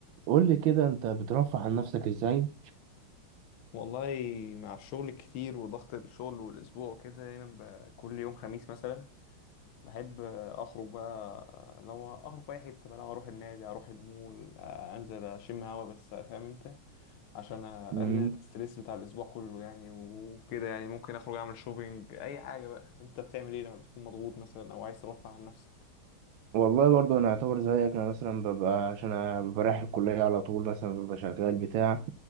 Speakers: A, on the right; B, on the left.
A: قول لي كده انت بترفه عن نفسك ازاي
B: والله مع الشغل الكتير وضغط الشغل والاسبوع كده دايما ب- كل يوم خميس مثلا بحب اخرج بقى لو اخرج في اي حته بقى لو اروح النادي اروح المول انزل اشم هوا بس فاهم انت عشان اقلل
A: مم.
B: الستريس بتاع الاسبوع كله يعني وكده يعني ممكن اخرج اعمل شوبينج اي حاجه بقى انت بتعمل ايه لما تكون مضغوط مثلا او عايز ترفع عن نفسك
A: والله برضه انا اعتبر زيك انا مثلا ببقى عشان انا ببقى رايح الكليه على طول مثلا ببقى شغال بتاع